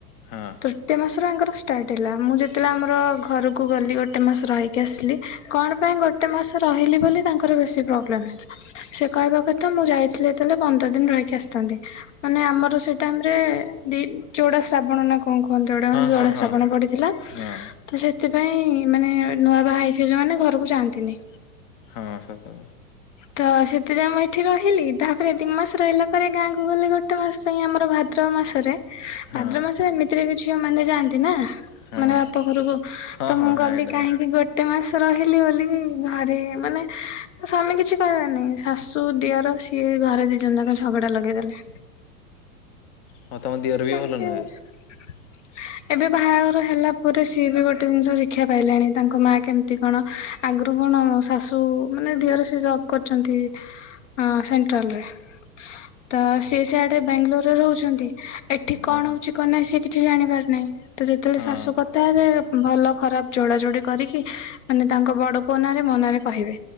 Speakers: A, on the left; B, on the left.
A: ହଁ
B: ତୃତୀୟ ମାସର ଆଙ୍କର ଷ୍ଟାର୍ଟ ହେଲା ମୁଁ ଯେତେବେଳେ ଆମର ଘରକୁ ଗଲି ଗୋଟେ ମାସ ରହିକି ଆସିଲି। କଣ ପାଇଁ ଗୋଟେ। ଗୋଟେ ମାସ ରହିଲି ବୋଲି ତାଙ୍କର ବେଶି ପ୍ରୋବ୍ଳେମ ହେଲା ସିଏ କହିବା କଥା ମୁଁ ଯାଇଥିଲି ଯେତେବେଳେ ପନ୍ଦର ଦିନ ରହିକି ଆସିଥାନ୍ତି ମାନେ ଆମର ସେ ଟାଇମ ରେ ଦ ଯଡା ଶ୍ରାବଣ ନା। କଣ କୁହନ୍ତିୁ ଏୋଟେ
A: ହଁ
B: ଜଡ଼ା
A: ହଁ ହଁ
B: ଶ୍ରାବଣ ପଡିଥିଲା।
A: ହଁ ହଁ
B: ତ ସେଥିପାଇଁ ମାନେ ନୂଆ ବାହା ହେଇଥିବେ ଯଉ ମାନେ ଘରକୁ ଯାଆନ୍ତିନି।
A: ହଁ ସତ।
B: ତ ସେଥିପାଇଁ ମୁଁ ଏଇଠି ରହିଲି ତା। ତାପରେ ଦି ମାସ ରହିଲା ପରେ ଗାଁକୁ ଗଲେ ଗୋଟେ ମାସ ପାଇଁ ଆମର ଭାଦ୍ରବ ମାସରେ।
A: ହଁ
B: ଭାଦ୍ର ମାସରେ ଏମିତିରେ ବି ଝିଅ ମାନେ ଯାଆନ୍ତି ନା
A: ହଁ
B: ମାନେ
A: ହଁ
B: ବାପ ଘରକୁ।
A: ହଁ
B: ତ
A: ହଁ
B: ମୁଁ
A: ହେଇଟା
B: ଗଲି କାହିଁକି
A: ତ
B: ଗୋଟେ। ଟେ ମାସ ରହିଲି ବୋଲି ଘରେ ମାନେ ସ୍ୱାମୀ କିଛି କହିବେନି ଶାଶୁ ଦିଅର ସିଏ। ଘରେ ଦି ଜନ ଯାକ ଝଗଡା ଲଗେଇଦେଲେ।
A: ହଁ ତମ ଦିଅର ବି
B: ଏମତି
A: ଭଲ ନୁହେଁ
B: ଅଛି
A: <inaudible>
B: ଏବେ ବାହାଘର ହେଲା ପରେ ସିଏ ବି ଗୋଟେ ଜିନିଷ ଶିକ୍ଷା ପାଇଲାଣି ତାଙ୍କ ମା କେମିତି କଣ। ଆଗରୁ କଣ ଶାଶୁ ମାନେ ଦିଅର ସେ ଜବ କରଛନ୍ତି। ଅ ସେଣ୍ଟ୍ରାଲରେ ତ ସିଏ ସେଆଡେ ବାଙ୍ଗାଲୋରରେ ରହୁଛନ୍ତି। ଏଠି କଣ
A: ଓହୋ
B: ହଉଛି କ ନାହିଁ ସି କିଛି ଜାଣିପାରୁ ନାହିଁ। ତ ଯେତେବେଳେ
A: ହଁ
B: ଶାଶୁ କଥା ହେବେ ଭଲ ଖରାପ ଯୋଡା ଯୋଡି କରିକି ମାନେ ତାଙ୍କ ବଡ ପୁଅ ନା ରେ ମ ନାରେ କହିବେ